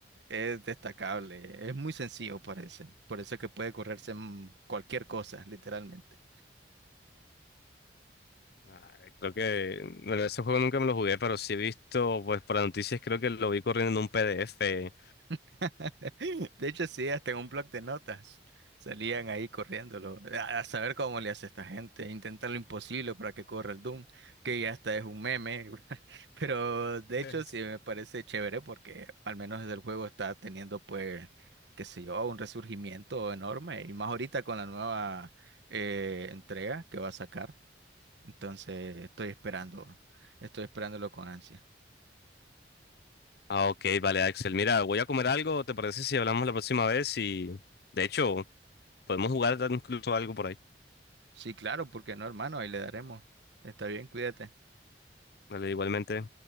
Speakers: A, on the right; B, on the left.
A: es destacable, es muy sencillo, parece. Por eso es que puede correrse en cualquier cosa, literalmente.
B: Ah, creo que bueno, ese juego nunca me lo jugué, pero sí he visto, pues por las noticias creo que lo vi corriendo en un PDF.
A: <laughs> De hecho, sí, hasta en un blog de notas salían ahí corriéndolo. A, a saber cómo le hace esta gente, intentar lo imposible para que corra el Doom, que ya hasta es un meme. <laughs> Pero de
B: <laughs>
A: hecho, sí me parece chévere porque al menos desde el juego está teniendo, pues, qué sé yo, un resurgimiento enorme. Y más ahorita con la nueva eh, entrega que va a sacar. Entonces, estoy esperando, estoy esperándolo con ansia.
B: Ah, ok, vale, Axel. Mira, voy a comer algo, ¿te parece si hablamos la próxima vez? Y de hecho, podemos jugar incluso algo por ahí.
A: Sí, claro, porque no, hermano, ahí le daremos. Está bien, cuídate.
B: Vale, igualmente.